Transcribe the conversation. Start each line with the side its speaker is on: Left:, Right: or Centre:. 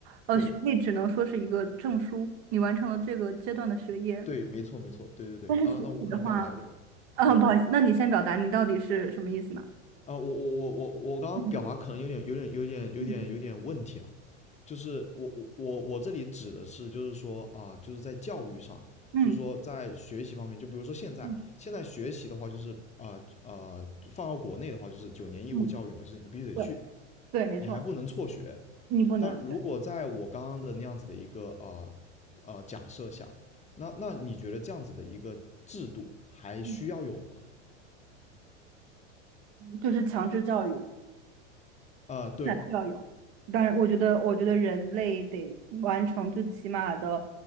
Right: 呃，
Left: 对
Right: 学历只能说是一个证书，你完成了这个阶段的学业。
Left: 对，没错没错，对对对啊，
Right: 但是学习的话，
Left: 那我可能表达有点，
Right: 呃，
Left: 对
Right: 不好意思，那你先表达你到底是什么意思呢？
Left: 啊、我我我我我刚刚表达可能有点有点有点有点有点问题啊，
Right: 嗯。嗯
Left: 就是我我我我这里指的是就是说啊、就是在教育上，
Right: 嗯
Left: 就是说在学习方面，就比如说现在现在学习的话，
Right: 嗯
Left: 就是啊啊、呃呃放到国内的话，就是九年义务教育嘛，
Right: 嗯，
Left: 就是你必须得去，
Right: 对对，没错，
Left: 你还不能辍学。
Right: 你不能对，
Left: 但如果在我刚刚的那样子的一个啊呃呃假设下，那那你觉得这样子的一个制度还需要有吗？
Right: 嗯就是强制教育，
Left: 啊、对。
Right: 那需要有。当然，我觉得，我觉得人类得完成最起码的，